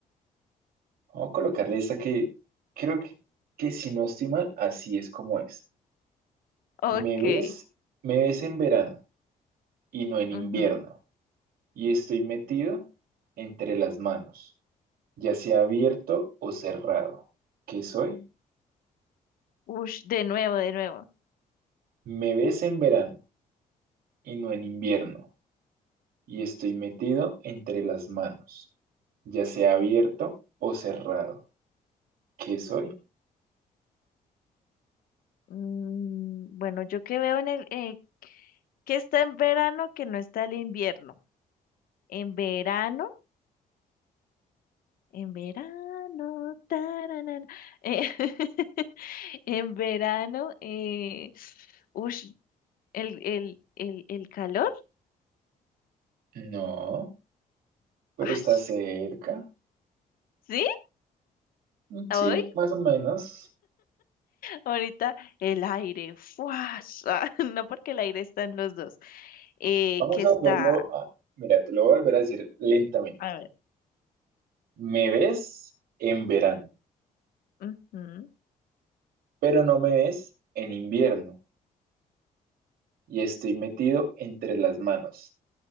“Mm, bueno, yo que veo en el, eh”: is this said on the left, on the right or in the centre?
Left